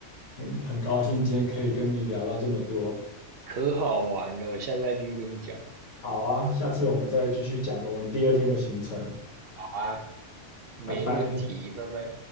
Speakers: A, on the left (about 80°); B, on the right (about 60°).
A: 嗯，很高兴今天可以跟你聊到这么多。
B: 可好玩了，我下次再继续跟你讲。
A: 好啊，下次我们再继续讲我们第二天的行程，
B: 好啊，没问题，
A: 拜拜。
B: 拜拜。